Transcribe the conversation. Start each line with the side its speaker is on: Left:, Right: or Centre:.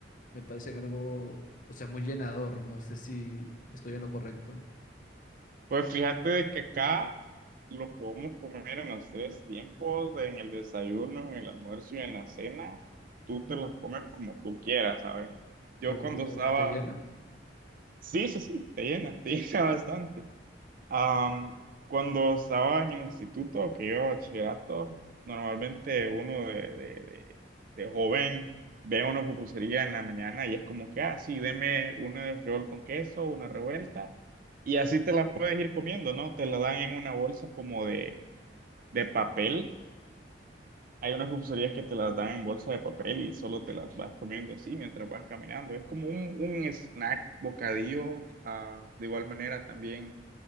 Left: Me parecen algo, o sea, muy llenador. No sé si estoy en lo correcto,
Right: pues fíjate de que acá Lo podemos comer en los tres tiempos, en el desayuno, en el almuerzo y en la cena. Tú te las comes como tú quieras, ¿sabes? Yo
Left: pero
Right: cuando
Left: tipo,
Right: estaba...
Left: ¿te llena?
Right: Sí, sí, sí, te llenan, te <laughs> llena bastante. Am, cuando estaba en el instituto, que yo bachillerato, normalmente uno de, de, de, de joven ve una pupusería en la mañana y es como que, ah, sí, deme una de frijol con queso, una revuelta. Y así te las puedes ir comiendo, ¿no? Te la dan en una bolsa como de de papel. Hay unas pulserías que te las dan en bolsa de papel y solo te las vas comiendo así mientras vas caminando. Es como un, un snack, bocadillo, ah, de igual manera también